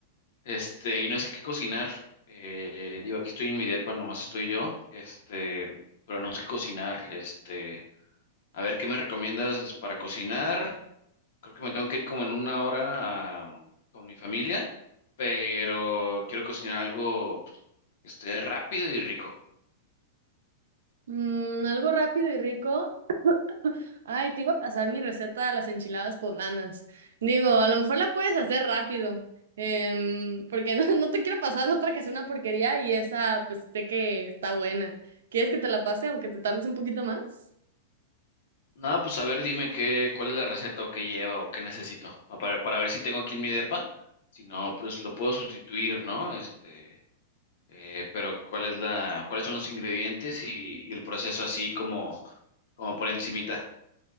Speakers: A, on the left; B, on the right.
A: Este, y no sé qué cocinar. Eh, digo, aquí estoy en mi depa, nomás estoy yo. Este, pero no sé qué cocinar. Este, a ver, ¿qué me recomiendas para cocinar? Creo que me tengo que ir como en una hora a- con mi familia, pero quiero cocinar algo pues, que esté rápido y rico.
B: Mm, algo rápido y rico. Ay, te iba a pasar mi receta de las enchiladas poblanas. Digo, a lo mejor la puedes hacer rápido, em, porque no, <laughs> no te quiero pasar otra que sea una porquería y esa pues sé que está buena. ¿Quieres que te la pase aunque te tardes un poquito más?
A: No, pues a ver, dime qué, cuál es la receta o qué lleva o qué necesito ah, para, para ver si tengo aquí en mi depa. Si no, pues lo puedo sustituir, ¿no? Este, eh, pero cuál es la, cuáles son los ingredientes y, y el proceso así como, como por encimita.